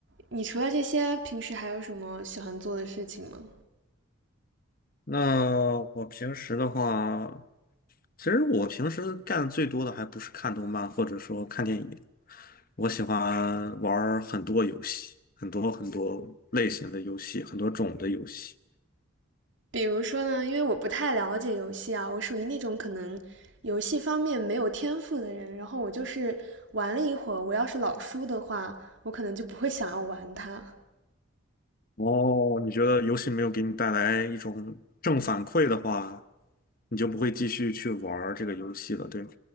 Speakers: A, on the right; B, on the left.
A: 你除了这些，平时还有什么喜欢做的事情吗？
B: 那我平时的话。其实我平时干的最多的还不是看动漫，或者说看电影，我喜欢玩儿很多游戏，很多很多类型的游戏，很多种的游戏。
A: 比如说呢，因为我不太了解游戏啊，我属于那种可能游戏方面没有天赋的人。然后我就是玩了一会儿，我要是老输的话，我可能就不会想要玩它。
B: 哦，你觉得游戏没有给你带来一种正反馈的话，你就不会继续去玩儿这个游戏了，对吗？